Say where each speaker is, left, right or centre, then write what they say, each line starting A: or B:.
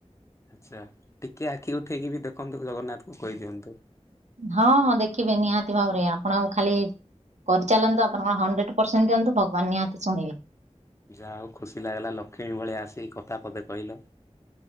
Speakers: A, on the left; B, on the right.
A: ଆଛା ଟିକେ ଆଖି ଉଠେଇକି ବି ଦେଖନ୍ତୁ ଜଗନ୍ନାଥଙ୍କୁ କହିଦିଅନ୍ତୁ।
B: ହଁ ହଁ ଦେଖିବେ ନିହାତି ଭାବରେ ଆପଣଙ୍କୁ ଖାଲି କରିଚାଲନ୍ତୁ ଆପଣଙ୍କ ହଣ୍ଡ୍ରେଡ ପରସେଣ୍ଟ ଦିଅନ୍ତୁ। ଭଗବାନ ନିହାତି ଶୁଣିବେ।
A: ଯାହା ହଉ ଖୁସି ଲାଗିଲା ଲକ୍ଷ୍ମୀ ଭଳିଆ ଆସିିକି କଥା ପଦେ କହିଲ।